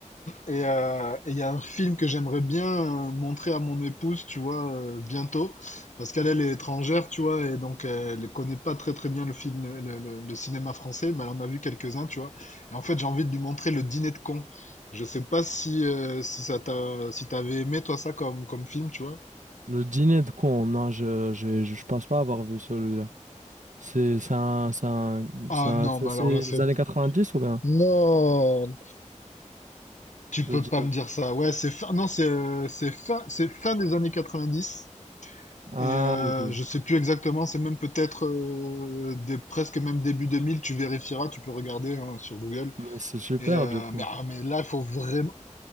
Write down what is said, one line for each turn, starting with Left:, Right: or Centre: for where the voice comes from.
Left: Et euh, et il y a un film que j'aimerais bien euh, montrer à mon épouse, tu vois, euh, bientôt, parce qu'elle elle est étrangère, tu vois, et donc euh, elle connaît pas très très bien le film, le, le- le cinéma français, mais elle en a vu quelques-uns, tu vois. Et en fait, j'ai envie de lui montrer Le Dîner de cons. Je sais pas si euh, si ça t'a si t'avais aimé toi ça comme comme film, tu vois.
Right: Le dîner de con, non, je, je, je je pense pas avoir vu celui-là. C'est c'est un, c'est un-
Left: Ah
Right: c'est un-
Left: non,
Right: c'est-
Left: mais
Right: c'est
Left: alors là c'est
Right: les années 90 ou bien?
Left: non, tu
Right: Le
Left: peux
Right: dîner.
Left: pas me dire ça. Ouais, c'est fin, non c'est euh, c'est fin c'est fin des années 90.
Right: Ah,
Left: Et euh,
Right: ok.
Left: je sais plus exactement, c'est même peut-être euh, des- presque même début 2000. tu vérifieras, tu peux regarder hein, sur Google.
Right: Mais c'est super,
Left: Et euh,
Right: du coup.
Left: mais, ah, mais là, il faut vraiment,